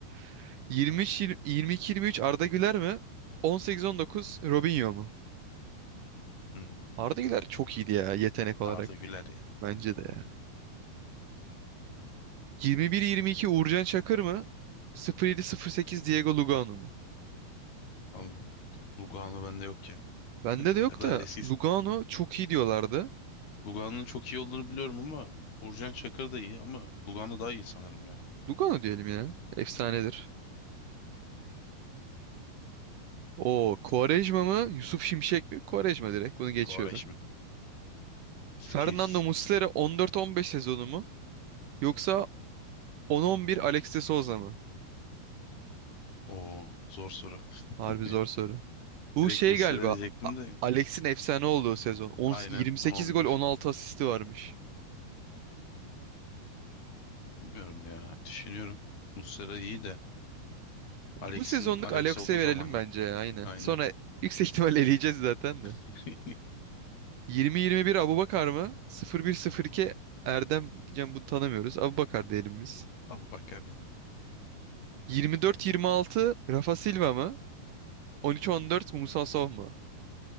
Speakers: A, on the right (about 65°); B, on the left (about 75°).
A: <laughs> 23-22-23 Arda Güler mi? 18-19 Robinho mu?
B: hmm.
A: Arda Güler çok iyiydi ya yetenek olarak.
B: Arda Güler ya.
A: Bence de ya. 21-22 Uğurcan Çakır mı? 07-08 Diego Lugano mu?
B: Vallahi Lugano bende yok ya.
A: Bende
B: <laughs>
A: de
B: O
A: yok
B: kadar
A: da
B: eskiyiz.
A: Lugano çok iyi diyorlardı.
B: Lugano'nun çok iyi olduğunu biliyorum ama Uğurcan Çakır da iyi ama Lugano daha iyi sanırım ya.
A: Lugano diyelim ya. Efsanedir. O Quaresma mı? Yusuf Şimşek mi? Quaresma direkt. Bunu geçiyorum.
B: Goreş Skills.
A: Fernando Muslera 14-15 sezonu mu? Yoksa 10-11 Alex de Souza mı?
B: Oo zor soru.
A: Harbi
B: <laughs>
A: zor soru. Bu
B: Direkt
A: şey
B: Muslera
A: galiba.
B: diyecektim
A: A-
B: de.
A: Alex'in efsane olduğu sezon. 10,
B: Aynen
A: 28
B: 10-11.
A: gol 16 asisti varmış.
B: Bilmiyorum ya. Düşünüyorum. Muslera iyi de. Alex'in
A: Bu sezonluk
B: Alex
A: Alex'e
B: olduğu zaman
A: verelim
B: ya.
A: bence ya aynen.
B: Aynen.
A: Sonra yüksek ihtimal eleyeceğiz zaten de.
B: <laughs>
A: 20-21 Abubakar mı? 01-02 Erdem diyeceğim bunu tanımıyoruz. Abubakar diyelim biz.
B: Abi bakar ya.
A: Yirmi dört yirmi altı Rafa Silva mı? On üç on dört Musa Sow mu?